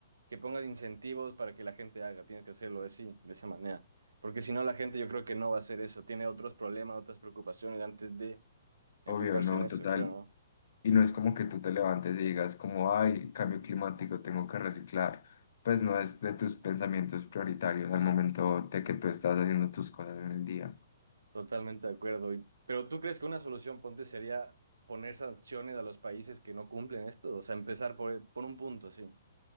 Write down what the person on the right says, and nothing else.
que pongas incentivos para que la gente haga, tienes que hacerlo así, de esa manera. Porque si no, la gente yo creo que no va a hacer eso, tiene otros problemas, otras preocupaciones antes de enfocarse
en eso,
creo, ¿no?
Totalmente de acuerdo. Y- pero ¿tú crees que una solución, ponte, sería poner sanciones a los países que no cumplen esto? O sea, empezar por, por un punto, sí,